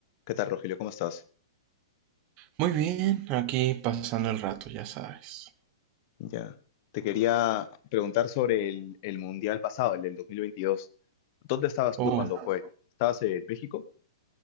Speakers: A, on the left (about 45°); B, on the right (about 40°).
A: ¿Qué tal, Rogelio? ¿Cómo estás?
B: Muy bien, aquí pasando el rato, ya sabes.
A: Ya. Te quería preguntar sobre el, el mundial pasado, el del 2022. ¿Dónde estabas
B: Oh,
A: tú cuando fue? ¿Estabas en México?